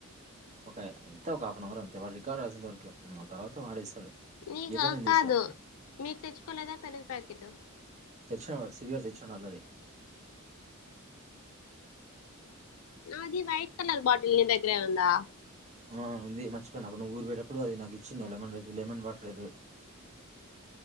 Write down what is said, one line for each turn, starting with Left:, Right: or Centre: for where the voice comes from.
Right: ఒక ఎంత ఒక హాఫ్న్ అవర్ అంతే వాడు రికార్డ్ రాసేంత వరకు ఆ తర్వాత వాడే ఇస్తాడు
Left: నీకు
Right: ఇయ్యకుంటే నేను
Left: కాదు
Right: తెస్తా
Left: మీకు తెచ్చుకోలేదా పెరుగు ప్యాకెట్
Right: తెచ్చిన సూరిగాడు తెచ్చినాడు ఆల్రెడీ
Left: నాది వైట్ కలర్ బాటిల్ నీ దగ్గరే ఉందా
Right: ఆ ఉంది మర్చిపోయినా అప్పుడు నువ్ ఊరు పోయేటప్పుడు అది నాకు ఇచ్చి నువ్ లెమన్ లెమన్ వాటర్ ఎదో